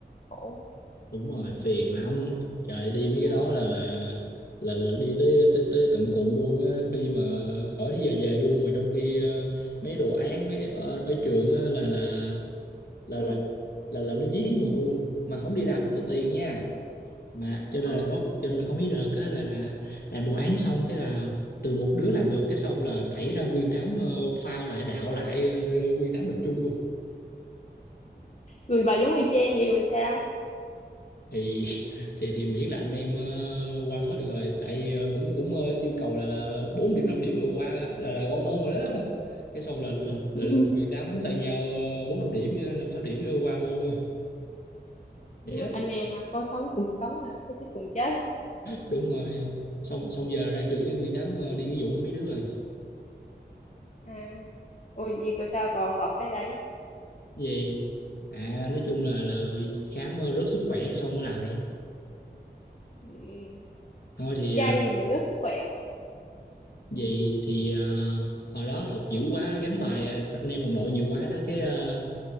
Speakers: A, on the left; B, on the left.
A: khổ
B: đúng rồi phiền lắm trời đi mấy cái
A: ừ
B: đó là là là, là đi tới tới tới tận cùng luôn á đi mà khỏi tới giờ về luôn mà trong khi ờ, mấy đồ án mấy ở, ở trường á là là là
A: ừ
B: là là là nó dí lý mù luôn mà không đi làm không có tiền nha mà cho nên
A: Ờ.
B: là có cho nên là có mấy đợt á là là làm đồ án xong cái là từ một đứa làm được cái xong là thảy ra nguyên đám ờ, phao lại đạo lại ờ, nguyên đám nộp chung luôn
A: người bà giống y chang vậy rồi sao
B: thì thì thì miễn là anh em ờ, qua hết được rồi tại ờ, cũng cũng ờ, yêu cầu là, là 4 điểm 5 điểm rồi qua là là qua môn rồi đó cái xong là là là,
A: <laughs>
B: là nguyên đám nắm tay nhau ờ, bốn năm điểm với năm sáu điểm rồi qua môn rồi
A: Đúng
B: vậy á
A: rồi, anh em à, có sống cùng sống à có chết cùng chết à
B: đúng rồi xong xong giờ ra trường cái nguyên đám ờ, đi nghĩa vụ hết mấy đứa rồi
A: à ôi gì cơ sao còn lọt tới đây
B: gì à nói chung là là khám ờ, rớt sức khỏe cái xong mới lại
A: ừ.
B: thôi thì
A: trai
B: ờ,
A: gì mà rớt sức khỏe
B: vậy thì ờ, hồi đó học dữ quá gánh bài ờ, anh em đồng đội nhiều quá đó cái ờ,